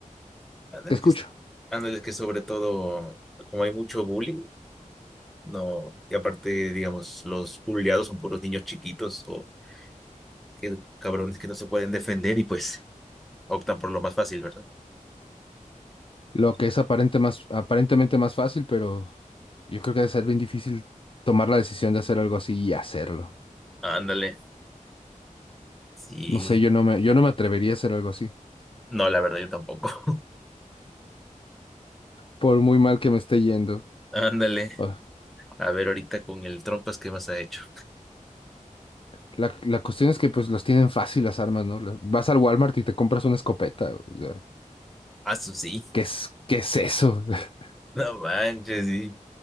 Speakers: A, in the centre; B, on the left.
A: ándale
B: Te escucho.
A: que, ándale que sobre todo, como hay mucho bullying, no, y aparte, digamos, los bulleados son puros niños chiquitos o que, cabrones que no se pueden defender y pues optan por lo más fácil, ¿verdad?
B: Lo que es aparente más, aparentemente más fácil, pero yo creo que debe ser bien difícil tomar la decisión de hacer algo así y hacerlo.
A: Ándale, sí,
B: No sé, yo no me, yo no me atrevería a hacer algo así,
A: no, la verdad yo tampoco. <laughs>
B: por muy mal que me esté yendo.
A: Ándale,
B: Ah,
A: a ver ahorita con el trompas, ¿qué más ha hecho?
B: La, la cuestión es que pues los tienen fácil las armas, ¿no? La- Vas al Walmart y te compras una escopeta. O sea,
A: Ah, su- sí,
B: ¿qué es, qué es eso? <laughs>
A: no manches, sí.